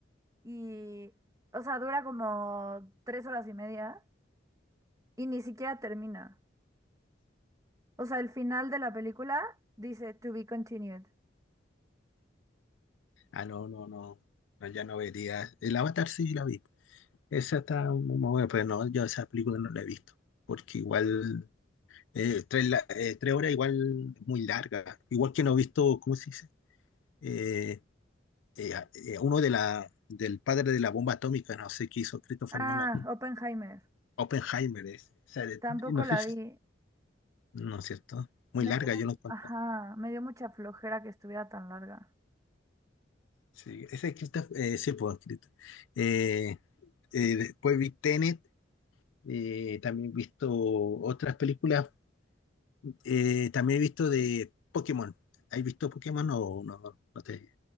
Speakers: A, on the right; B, on the left.
A: y, o sea, dura como tres horas y media y ni siquiera termina. O sea, el final de la película dice to be continued.
B: Ah, no, no, no, No, ya no vería. El Avatar sí la vi. Esa está muy buena, pero no, yo esa película no la he visto. Porque igual. Eh, tres, la- eh, tres horas igual es muy larga. Igual que no he visto, ¿cómo se dice? Eh, eh, a- eh, uno de la, del padre de la bomba atómica, no sé qué hizo Christopher
A: Ah,
B: Nolan.
A: Oppenheimer.
B: Oppenheimer es. O sea, de-
A: Tampoco
B: no
A: la
B: sé si.
A: vi.
B: No es cierto. Muy
A: Me
B: larga,
A: dio,
B: yo lo encontré.
A: ajá, me dio mucha flojera que estuviera tan larga.
B: Sí, ese es Christopher, eh, sí, pues, Christopher. Eh, eh, después vi Tenet, eh, también he visto otras películas. Eh, también he visto de Pokémon. ¿Has visto Pokémon o no? No, no te-